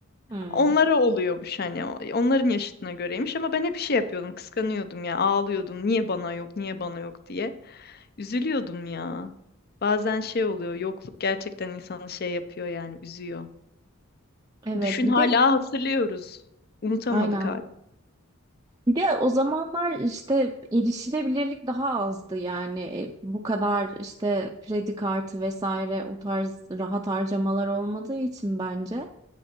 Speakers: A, on the right; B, on the left.
A: Hmm.
B: Onlara oluyormuş hani o- onların yaşıtına göreymiş ama ben hep şey yapıyordum kıskanıyordum ya ağlıyordum niye bana yok niye bana yok diye üzülüyordum ya. Bazen şey oluyor, yokluk gerçekten insanı şey yapıyor yani üzüyor.
A: Evet
B: Düşün
A: bir
B: hala
A: de
B: hatırlıyoruz. Unutamadık
A: aynen.
B: hala.
A: Bir de o zamanlar işte erişilebilirlik daha azdı yani E, bu kadar işte kredi kartı vesaire o tarz rahat harcamalar olmadığı için bence